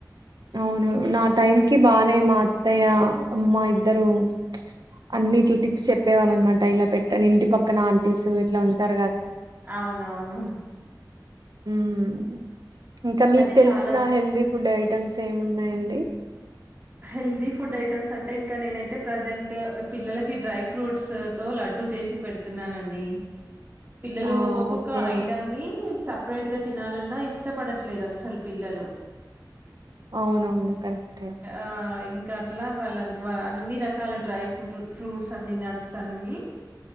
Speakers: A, on the right; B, on the right.
A: అవును
B: ఇప్పుడు
A: నా
B: కొంచెం
A: టైం కి బానే మా అత్తయ్య అమ్మ ఇద్దరు అన్ని ఇట్లా టిప్స్ చెప్పేవాళ్ళ అనమాట ఇలా పెట్టండి ఇంటి పక్కన ఆంటీస్ ఇట్లా ఉంటార్
B: అవునవును
A: ఉమ్ ఇంకా మీకు
B: అది
A: తెలిసిన
B: చాలా
A: హెల్దీ ఫుడ్ ఐట్ ఐటమ్స్ ఏమి ఉన్నాయండి
B: హెల్దీ ఫుడ్ ఐటమ్స్ అంటే ఇంకా నేనైతే ప్రజెంట్ ట్ పిల్లలకి డ్రై ఫ్రూట్స్ తో లడ్డు చేసి పెడుతున్నానండి పిల్లలు
A: ఆ
B: ఒక్కొక్క
A: ఓకే
B: ఐటం ని సప్ పరేట్గా తినాలన్నా ఇష్టపడట్లేదు అస్సలు పిల్లలు
A: అవునవును కరెక్టే
B: ఆ ఇంకా అట్లా వాళ్ళను వా అన్ని రకాల డ్రై ఫ్రూట్ ఫ్రూట్స్ అన్ని నట్స్ అన్ని